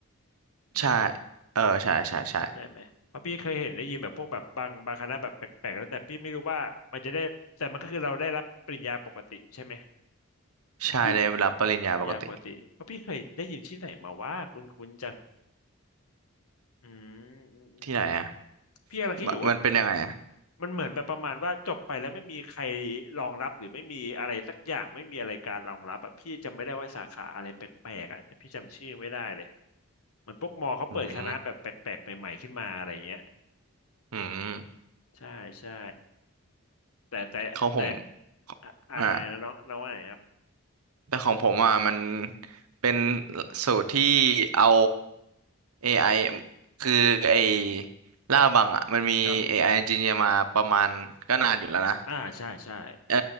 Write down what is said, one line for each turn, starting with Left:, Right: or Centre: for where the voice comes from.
Right: ใช่เออใช่ใช่ใช่
Left: ใช่ไหมเพราะพี่เคยเห็นได้ยินแบบพวกแบบบางบางคณะแบบแปลกๆแล้วแต่พี่ไม่รู้ว่ามันจะได้แต่มันก็คือเราได้รับปริญญาปกติใช่ไหม
Right: ใช่ได้รับปริญญาปกติ
Left: พี่ยาปกติเพราะพี่เคยได้ยินที่ไหนมาว่าคุณคุณจังอืมอืมอืม
Right: ที่ไหนอ่ะ
Left: พี่กำลังคิดอยู่ว่า
Right: มมันเป็นยังไงอ่ะ
Left: มันเหมือนแบบประมาณว่าจบไปแล้วไม่มีใครรองรับหรือไม่มีอะไรสักอย่างไม่มีอะไรการรองรับอ่ะพี่จำไม่ได้ว่าสาขาอะไรแปลกๆอ่ะแต่พี่จำชื่อไม่ได้เลยเหมือนพวกมอเขาเปิดคณะแบบแปลกๆใหม่ๆขึ้นมาอะไรเงี้ย
Right: อืมอืม
Left: ใช่ใช่แต่แต่แต่
Right: ของผม
Left: อะอะไรนะน้องน้องว่าไงครับ
Right: อ่าแต่ของผมอ่ะมันเป็นสูตรที่เอา AI คือไอ้ล่าบังอ่ะมันมี
Left: ครับ
Right: AI engineer มาประมาณก็นานอยู่แล้วนะ
Left: อ่าใช่ใช่
Right: เออ